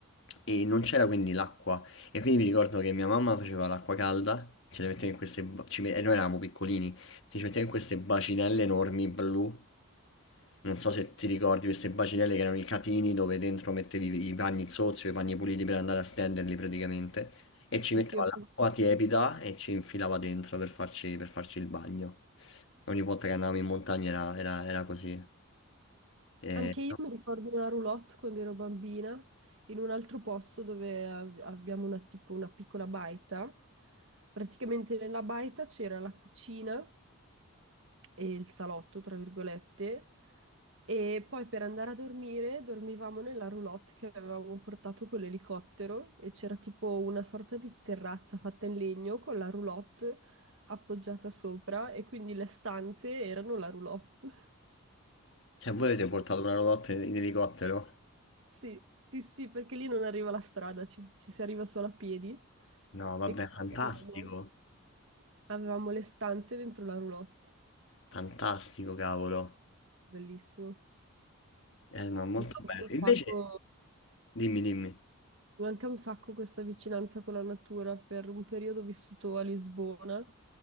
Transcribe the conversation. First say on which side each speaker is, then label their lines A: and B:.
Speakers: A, on the left; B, on the right.
A: E non c'era quindi l'acqua. E quindi mi ricordo che mia mamma faceva l'acqua calda, ce le metteva in queste... ba- ci me- E noi eravamo piccolini, che ci metteva in queste bacinelle enormi blu. Non so se ti ricordi queste bacinelle che erano i catini dove dentro mettevi i panni sozzi o i panni puliti per andare a stenderli praticamente e ci
B: Sì,
A: metteva
B: sì, ho
A: l'acqua
B: presente.
A: tiepida e ci infilava dentro per farci, per farci il bagno. Ogni volta che andavamo in montagna era, era- era così. E-
B: Anche io mi ricordo una roulotte quando ero bambina in un altro posto dove av- abbiamo una, tipo una piccola baita. Praticamente nella baita c'era la cucina e il salotto, tra virgolette. E poi per andare a dormire dormivamo nella roulotte che avevamo portato con l'elicottero e c'era tipo una sorta di terrazza fatta in legno con la roulotte appoggiata sopra e quindi le stanze erano la roulotte.
A: Cioè, voi
B: <laughs>
A: avete portato una roulotte in elicottero?
B: Sì, sì, sì, perché lì non arriva la strada, ci, ci si arriva solo a piedi
A: No, vabbè,
B: e quindi
A: fantastico,
B: avevamo, avevamo le stanze dentro la roulotte.
A: fantastico, cavolo.
B: Bellissimo.
A: Eh, no, molto
B: Mi manca
A: bello.
B: un
A: Invece,
B: sacco
A: dimmi, dimmi.
B: Mi Manca un sacco questa vicinanza con la natura. Per un periodo ho vissuto a Lisbona